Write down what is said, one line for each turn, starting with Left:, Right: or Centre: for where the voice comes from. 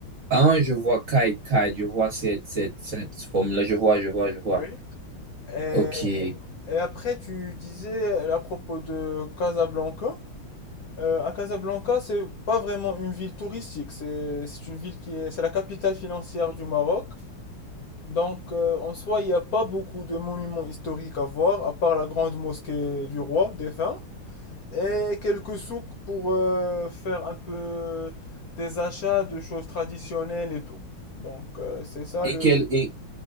Right: Ah, je vois Kai Kai, je vois cette, cette, cette forme-là, je vois, je vois, je vois.
Left: Oui. Et,
Right: Ok. Et
Left: et après, tu disais à propos de Casablanca. Euh, à Casablanca, c'est pas vraiment une ville touristique. C'est, c'est une ville qui est, c'est la capitale financière du Maroc. Donc, euh, en soi, il n'y a pas beaucoup de monuments historiques à voir, à part la grande mosquée du roi défunt. Et quelques souks pour euh, faire un peu des achats de choses traditionnelles et tout. Donc euh, c'est ça le...
Right: quelle, et,